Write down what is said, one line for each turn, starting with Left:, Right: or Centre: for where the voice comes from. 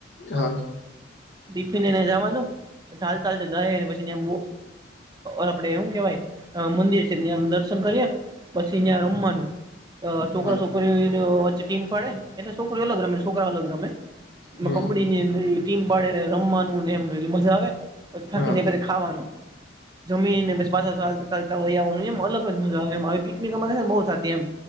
Left: હા <unintelligible>
Right: ટિફિનને જવાનું ચાલતા ચાલતા જાયને પછી આપડે એું કેવાય મંદિર છે ત્. યા દર્શન કર્યા પછી અં રમવાનું. છોકરા
Left: હા
Right: છોકરી વચ્ચે ટીમ પડે એટલે છોકરી અલગ રમે છોકરા અલગ રમે. ન
Left: હમ
Right: કોબડીની ટીમ પાડીને રમવાનું એમ મજા આવે પછી થાકી
Left: હા
Right: જાય પછિખાવાનું. જમીને પપચ સ <inaudible> ચાલતા આવવાનું એમ અલગ જ મજા આવે એ આવી પિકનિક બહુ થતી એમ.